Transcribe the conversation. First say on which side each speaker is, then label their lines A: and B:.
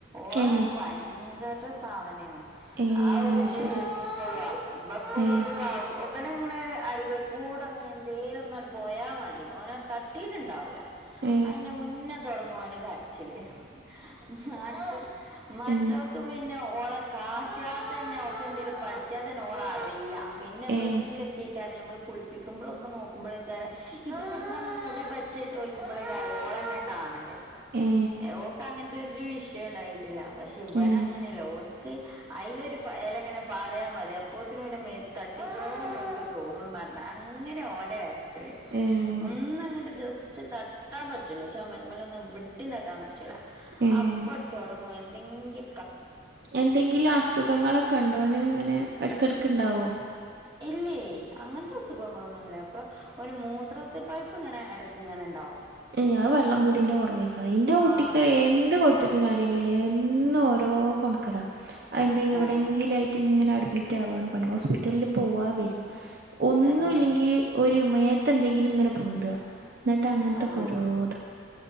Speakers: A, on the right (about 25°); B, on the right (about 55°).
A: ഓളന്ന്
B: ഏ
A: ഭയങ്കര സാധനെന്നു
B: ഏ
A: ആ ഒരു
B: അത്
A: ഇത്
B: ശരി
A: ഓൾക്കിപ്പളു
B: ഏ
A: ആ ഇബനങ്ങനെ അരികൾക്കൂടങ്ങ എന്തേും ഒന്ന പോയാൽ മതി ഓനെ തട്ടിട്ടുണ്ടാവുല
B: ഏ
A: അതിന്റെ മുന്നേ തുടങ്ങുഓൻ കരച്ച <unintelligible> മറ്റോക്
B: ഏ
A: പിന്നെ ഓളെ കാട്ട്യാ തന്നെ ഓൾക്ക് എന്തേിലും പറ്റിയാത്തന്നെ ഓള് അറിയില്ല പിന്നെ എപ്പോഴെങ്കിലൊക്കെക്കാര
B: ഏ
A: നമ്മള് കുളിപ്പിക്കുമ്പോഴൊക്കെ നോക്കുമ്പോഴ ക്കാരെ ഇത് ഇവിടുന്ന് മുറി പറ്റിയ ചോദിക്കുമ്പോളേ രോള തന്നെ കാണണ്
B: ഏ
A: ഓക്ക് അങ്ങനത്തെ ഒരു വിഷയം ഉണ്ടായിട്ടില്ല പക്ഷെ ഇവനങ്ങനെയല്ല,
B: ഏ
A: ഓനിക്ക് അതിലൊരുയെലയങ്ങനെ പാറിയാ മതി അപ്പോത്തിനും മേത്ത് തട്ടിയേക്കണുന്ന് <unintelligible> തോന്നന്ന് പറഞ്ഞ അങ്ങനാ ഓന്റെ കരച്ചില്,
B: ഏഹ്
A: ഒന്നങ്ങട്ട് ജസ്റ്റ് തട്ടാൻ പറ്റ റ്റില്ല. ചൊമരുമേലൊന്നും എവിടേം തട്ടാൻ പറ്റൂല,
B: ഏഹ്
A: അപ്പട് തൊടങ്ങും എന്തെങ്കീ
B: എന്തെങ്കിലും അസുഖങ്ങളൊക്കെ ഉണ്ടോ ഓന്? ഇങ്ങനെ എടെക്കെടയ്ക്കുണ്ടാവോ?
A: ഇല്ലേ അങ്ങനത്തെ അസുഖങ്ങളൊന്നുംല്ല ഇപ്പൊ ഓന് മൂത്രത്തി പഴുപ്പ് ഇങ്ങനെ എടക്കിങ്ങനെ ഉണ്ടാവും.
B: <unintelligible> വെള്ളം കുടീന്റെ കുട്ടീന്റെ കുറവായിക്കാറും, എന്റെ കുട്ടിക്ക്
A: ആഹ് വെള്ളം
B: എന്ത് കൊടുത്തിട് ടും കാര്യല്ല, എന്നും ഓരോ കൊണക്കേടാ, അതിന്റെ എവിടെങ്കിലും
A: ആഹ്
B: ആയിട്ടു ഇങ്ങനെ അഡ്മിറ്റാവാണ് പണി, ഹോസ്പിറ്റലിൽ പോവാ വരാ ഒന്നുമല്ലെങ്കിൽ
A: ഏഹ്
B: ഒരുമേ എന്തെങ്കിലും ഇങ്ങനെ പൊന്തുക എന്നിട്ട് അങ്ങനത്തോക്കെ
A: ആഹ്
B: ഓരോതാ